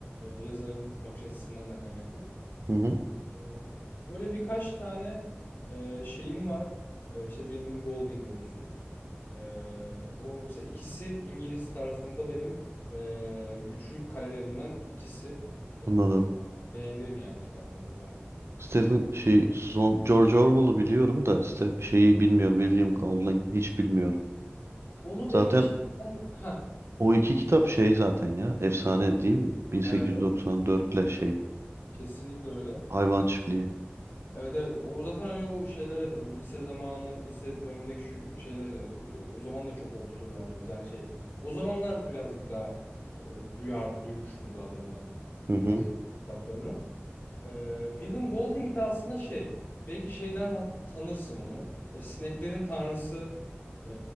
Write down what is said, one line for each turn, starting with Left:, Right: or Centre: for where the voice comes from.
Left: yazarın bakış açısından da kaynaklı.
Right: Hı hı.
Left: E, öyle birkaç tane e, şeyim var. E, işte William Golding olsun. Ee, o mesela ikisi İngiliz tarafında benim e, güçlü kalelerimden ikisi. Ee,
Right: Anladım.
Left: beğenirim yani kitaplarını baya.
Right: Stephen şey son George Orwell'ı biliyorum da Ste şeyi bilmiyorum. William Golding hiç bilmiyorum.
Left: Onu
Right: Zaten
Left: belki şeyden... Heh,
Right: o iki kitap şey zaten ya efsane değil mi? 1894
Left: evet evet.
Right: ile şey
Left: Kesinlikle öyle.
Right: Hayvan çiftliği.
Left: Evet evet. O zaten hani o şeylere de böyle lise zamanı, lise dönemindeki şu şeylere de o zaman da çok okuturlardı biz. Yani şey o zamanlar birazcık daha e, duyar duymuştum zaten ben e,
Right: Hı hı.
Left: George Orwell kitaplarını. Ee, William Golding de aslında şey, belki şeyden hat- tanırsın onu. E, Sineklerin Tanrısı e,